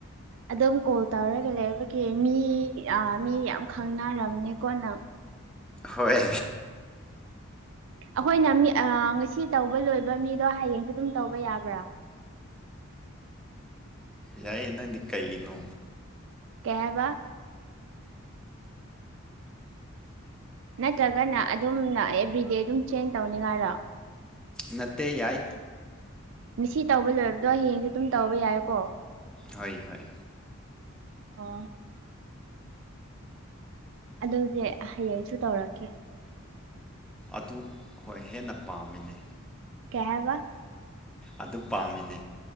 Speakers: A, on the right; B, in the centre.
A: ꯑꯗꯨꯝ ꯀꯣꯜ ꯇꯧꯔꯒ ꯂꯩꯕꯒꯤ ꯃꯤ ꯑ ꯃꯤ ꯌꯥꯝ ꯈꯪꯅꯔꯝꯅꯤꯀꯣꯅ
B: ꯍꯣꯏ
A: ꯑꯩꯈꯣꯏꯅ ꯃꯤ ꯉꯁꯤ ꯇꯧꯕ ꯂꯣꯏꯕ ꯃꯤꯗꯣ ꯍꯌꯦꯡꯁꯨ ꯑꯗꯨꯝ ꯇꯧꯕ ꯌꯥꯕ꯭ꯔꯥ
B: ꯌꯥꯏꯌꯦ ꯅꯪꯗꯤ ꯀꯩꯒꯤꯅꯣ
A: ꯀꯩ ꯍꯥꯏꯕ ꯅꯠꯇ꯭ꯔꯒꯅ ꯑꯗꯨꯝꯅ ꯑꯦꯚ꯭ꯔꯤꯗꯦ ꯑꯗꯨꯝ ꯆꯦꯟ ꯇꯧꯅꯤꯡꯉꯥꯏꯔꯣ
B: ꯅꯠꯇꯦ ꯌꯥꯏ
A: ꯉꯁꯤ ꯇꯧꯕ ꯂꯣꯏꯔꯕꯗꯣ ꯍꯌꯦꯡꯁꯨ ꯑꯗꯨꯝ ꯇꯧꯕ ꯌꯥꯏꯀꯣ
B: ꯍꯣꯏ ꯍꯣꯏ
A: ꯍ ꯑꯗꯨꯗꯤ ꯍꯌꯦꯡꯁꯨ ꯇꯧꯔꯛꯀꯦ
B: ꯑꯗꯨ ꯍꯣꯏ ꯍꯦꯟꯅ ꯄꯥꯝꯃꯤꯅꯦ
A: ꯀꯌꯥꯦꯕ
B: ꯑꯗꯨ ꯄꯥꯝꯃꯤꯅꯦ